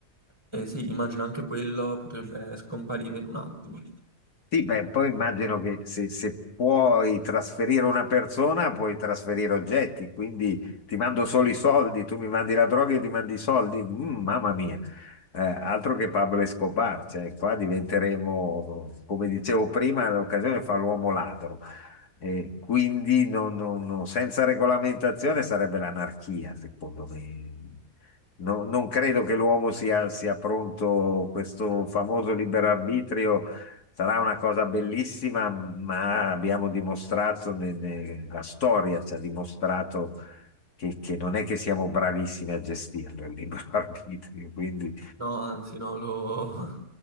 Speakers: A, on the right; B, on the left.
A: e sì, immagino anche quello potrebbe eh, scomparire in un attimo.
B: Sì, beh, poi immagino che se, se puoi trasferire una persona, puoi trasferire oggetti, quindi ti mando solo i soldi, tu mi mandi la droga, io ti mandi i soldi. Mm, mamma mia, Eh, altro che Pablo Escobar, cioè qua diventeremo, come dicevo prima, l'occasione fa l'uomo ladro. Eh, quindi non- non- non- senza regolamentazione sarebbe l'anarchia, secondo me. No- non credo che l'uomo sia, sia pronto, questo famoso libero arbitrio Sarà una cosa bellissima, ma abbiamo dimostrato, ne- ne- la storia ci ha dimostrato che, che non è che siamo bravissimi a gestirlo il libero <laughs> arbitrio, quindi
A: No, anzi, no, lo,